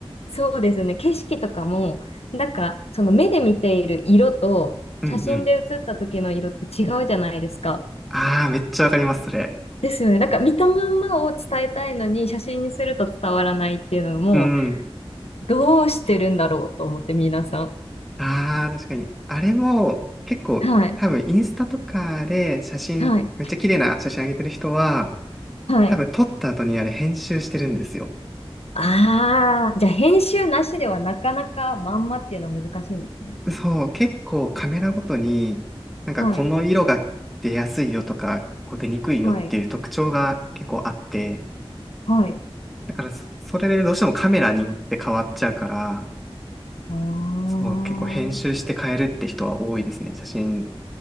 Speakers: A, on the left (about 85°); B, in the centre.
A: そうですね。景色とかも、なんか、その目で見ている色と、
B: うんうん。
A: 写真で写った時の色って違うじゃないですか。
B: ああ、めっちゃわかります、それ。
A: ですよね。なんか見たまんまを伝えたいのに、写真にすると伝わらないっていうのも、
B: うん。
A: どうしてるんだろうと思って、皆さん。
B: ああ、確かに。あれも、結構、
A: はい。
B: 多分、インスタとかで写真、
A: はい。
B: めっちゃ綺麗な写真上げてる人は、
A: はい。
B: 多分、撮った後にあれ編集してるんですよ。
A: ああ、じゃあ編集なしではなかなかまんまっていうのは難しいんですね。
B: そう、結構カメラごとに、なんかこの色が出やすいよとか、
A: はい。
B: こう出にくいよっていう特徴が結構あって、
A: はい。はい。
B: だからそ、それでどうしてもカメラによって変わっちゃうから、
A: ああ。
B: そう、結構編集して変えるって人は多いですね。写真好